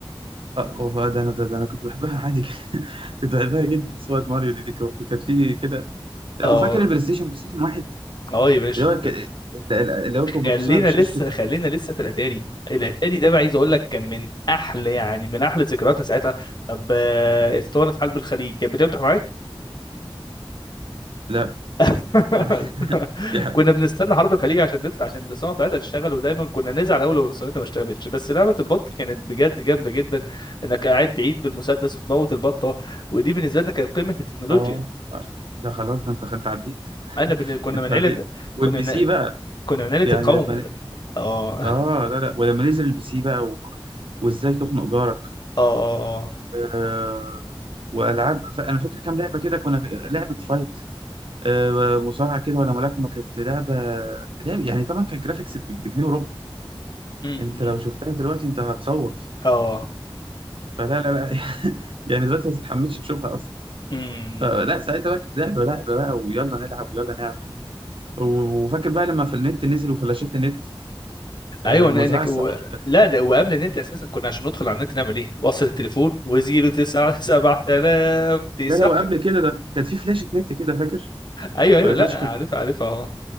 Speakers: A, on the right; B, on the left.
A: آه، وف- ده انا ده, ده انا كنت بحبها عادي <laughs> كده. كنت بحبها جدا صوره ماريو دي دي كانت كانت في كده لا
B: اه
A: وفاكر البلاي ستيشن بلاي ستيشن واحد
B: اه يا باشا
A: اللي هو الك- اللي اللي هو كنت
B: خلينا
A: بتوصلها بشاشه
B: لسه
A: التلفزيون
B: خلينا لسه في الاتاري الاتاري ده بقى عايز اقول لك كان من احلى يعني من احلى ذكرياتنا ساعتها طب آه، اسطوانه حلب الخليج كانت بتفتح معاك
A: لا لا
B: <laughs>
A: <laughs> دي حقيقة
B: كنا بنستنى حرب الخليج عشان نفتح عشان الصناعه بتاعتها تشتغل ودايما كنا نزعل اول لو الصناعه ما اشتغلتش بس لعبه البط كانت بجد جامده جدا انك قاعد بعيد بالمسدس وتموت البطه ودي بالنسبه لنا كانت قمه التكنولوجيا
A: اه آه. ده خلاص ده انت انت عديت
B: انا بن... كنا
A: انت
B: من
A: عديت
B: عيله
A: والبي
B: كنا من...
A: سي بقى
B: كنا من عيله
A: يعني
B: القوم
A: لما ن-
B: اه اه
A: اه لا لا ولما نزل البي سي بقى و... وازاي تخنق جارك
B: اه اه
A: آه... والعاب ف... انا فاكر كام لعبه كده كنا لعبه فايت آه... مصارعه كده ولا ملاكمه كانت لعبه لعب... يعني طبعا كان جرافيكس ب- بجنيه وربع
B: أمم.
A: انت لو شفتها دلوقتي انت هتصوت
B: اه
A: فلا لا لا <laughs> يعني دلوقتي ما تتحملش تشوفها اصلا
B: أمم.
A: فلا ساعتها بقى كانت لعبه لعبه بقى ويلا نلعب ويلا نعمل و- وفاكر بقى لما في النت نزل وفلاشات النت
B: ايوه
A: آه، المزرعه
B: إن- انك
A: السعيده
B: و... لا ده وقبل النت اساسا كنا عشان ندخل على النت نعمل ايه؟ وصل التليفون وزيرو تسعة سبعة آلاف تسعة
A: لا لو قبل كده ده كانت في فلاشه نت كده فاكر
B: ايوه ايوه
A: ولا فلاشه
B: لا عارف
A: كانت
B: عارف آه.